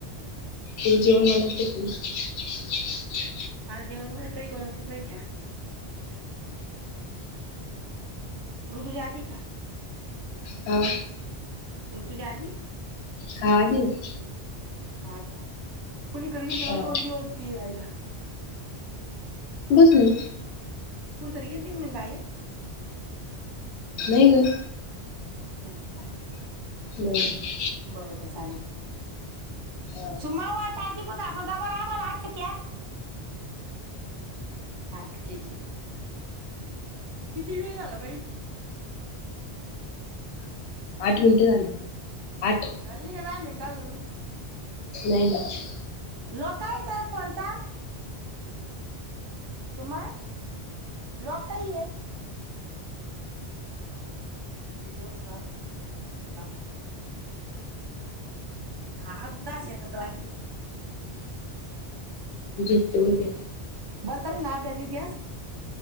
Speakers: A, on the left; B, on the right.
A: ते जेवण बनवते फक्त
B: आज जेवण... उद्या काही बनवते... काय घ्या ऋतुजा आली का
A: हा
B: ऋतुजा आली
A: हा आली ना.
B: हा का... कुणीकडे गेलती
A: हा
B: दोन दिवस तू <unintelligible>
A: बसनी
B: कुठंतरी गेलती ना म्हणती बाहेर
A: नाइ गं
B: नाही का
A: नाही
B: बरं बरं चालल...
A: हा
B: सुमा वर टाकी बघ <inaudible> <unintelligible> हा ठीक आहे किती वेळ झाला बाई
A: आठ मिनट झाली आठ
B: झाल्ली का काय मिनटं अजून
A: नाही नाही
B: लोकायल तर पंचास तुमार लॉक काही ये झिरो सात एक नऊ हा आ उ दश ये त वाटची
A: जीत आहे
B: तम ना बल ब्यास